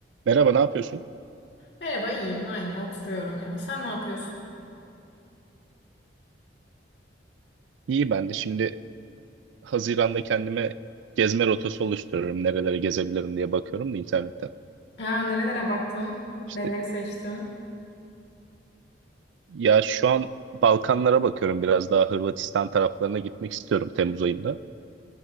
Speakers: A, on the right; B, on the left.
A: Merhaba, ne yapıyorsun?
B: Merhaba, iyiyim. Aynı oturuyorum ya. Sen ne yapıyorsun?
A: İyi ben de. Şimdi Haziran'da kendime gezme rotası oluşturuyorum. Nerelere gezebilirim diye bakıyorum da internetten.
B: Ya, nerelere baktın?
A: İşte
B: Neleri seçtin?
A: ya şu an Balkanlara bakıyorum biraz daha Hırvatistan taraflarına gitmek istiyorum Temmuz ayında.